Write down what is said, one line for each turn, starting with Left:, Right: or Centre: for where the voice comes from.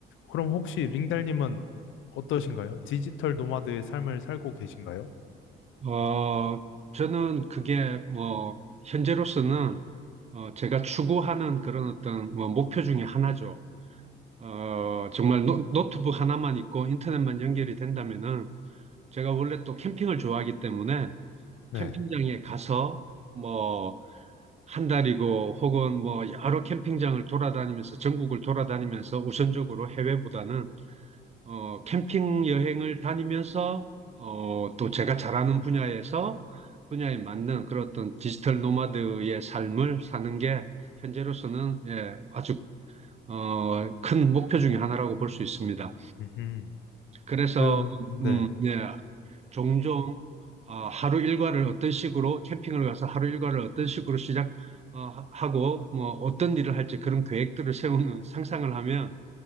Left: 그럼 혹시 링달님은 어떠신가요? 디지털 노마드의 삶을 살고 계신가요?
Right: 어, 저는 그게 뭐, 현재로서는 어, 제가 추구하는 그런 어떤 뭐 목표 중에 하나죠. 어, 정말 노, 트북 하나만 있고 인터넷만 연결이 된다면은 제가 원래 또 캠핑을 좋아하기 때문에
Left: 네.
Right: 캠핑장에 가서 뭐, 한 달이고 혹은 뭐 여러 캠핑장을 돌아다니면서 전국을 돌아다니면서 우선적으로 해외보다는 어, 캠핑 여행을 다니면서 어, 또 제가 잘하는 분야에서 분야에 맞는 그런 어떤 디지털 노마드의 삶을 사는 게 현재로서는 예, 아주 어, 큰 목표 중에 하나라고 볼 수 있습니다.
Left: 음흠.
Right: 그래서
Left: 그,
Right: 음,
Left: 네.
Right: 예, 종종 아, 하루 일과를 어떤 식으로 캠핑을 가서 하루 일과를 어떤 식으로 시작 어, 하- 고 뭐 어떤 일을 할지 그런 계획들을 세우는 상상을 하면